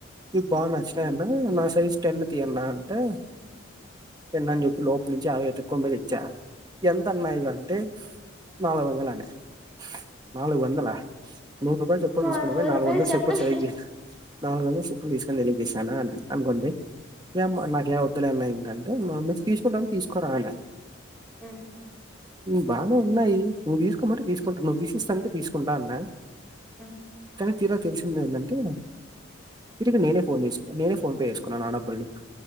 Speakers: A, on the right; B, in the centre.
A: ఇవి బాగా నచ్చినాయన్న నా సైజ్ టెన్ తీయన్నా అంటే టెన్ అని జెప్ లోపులి నుంచి అవి వెతుకొమ్మరీ ఇచ్చా ఎంత అన్నా ఇవంటే నాలుగు వందలు అనే. నాలుగు వందలా నూరు రపాలు చెప్పులు తీసుకునిపోయి
B: వంద
A: నాలుగు
B: రూపాయలు
A: వందలు
B: చెప్పలే
A: చెప్పుల సైజీ నాలుగు వందలు చెప్పులు తీసుకొని వేసిన అన్ అన్గొండి ఏమో నాకెవద్ <unintelligible> మా అమ్మా చెప్ తీసుకుంటాం తీసుకురాలే
B: హ్మ్
A: హ్మ్ బానే ఉన్నాయి నువ్వు తీసుకోమంటే తీసుకుంటా నువ్వు తీసిస్తాంటే తీసుకుంటా అన్నా
B: ఆ
A: <unintelligible> తీర తెలిసిందెందంటే తిరుగు నేనే ఫోన్ చేస్కూన నేన్నే ఫోన్ పే చేసుకున్నా నా డబ్బల్ని